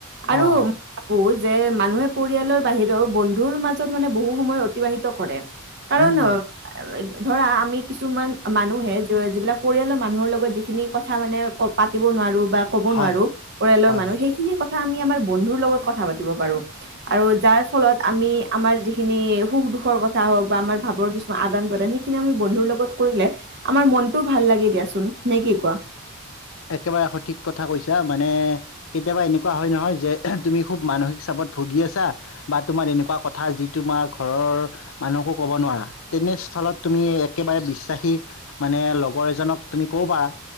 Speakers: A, on the right; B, on the left.
A: আৰু,
B: অঁ
A: মই ভাবোঁ যে মানুহে পৰিয়ালৰ বাহিৰেও বন্ধুৰ মাজ জত, মানে বহু সময় অতিবাহিত কৰে, কাৰণ
B: উম উম
A: <unintelligible> ধৰা আমি কিছুমান মানুহে যিবিলাক পৰিয়ালৰ মানুহৰ লগত যিখিনি কথা মানে পাতিব নোৱাৰোঁ বা ক'ব
B: হয়
A: নোৱাৰোঁ, পৰিয়ালৰ
B: হয়
A: মানুহ
B: হয়
A: সেইখিনি কথা আমি আমাৰ বন্ধুৰ লগত কথা পাতিব পাৰোঁ। আৰু যাৰ ফলত আমি আমাৰ যিখিনি সুখ দুখৰ কথা হওঁক বা আমাৰ ভাৱৰ কিছুমান আদান প্ৰদান সেইখিনি সেইখিনি আমি বন্ধুৰ লগত কৰিলে, আমাৰ মনটো ভাল লাগে দিয়াচোন, নে কি কোৱা?
B: <inaudible> একেবাৰে সঠিক কথা কৈছা, মানে কেতিয়াবা এনেকুৱা হয় নহয় যে তুমি খুব মানসিক চাপত ভুগি আছা, বা তোমাৰ এনেকুৱা কথা যি তোমাৰ ঘৰৰ, মানুহকো ক'ব নোৱাৰা, তেনে ষ্টলত তুমি একেবাৰে বিশ্বাসী মানে লগৰ এজনক তুমি ক'ব পাৰা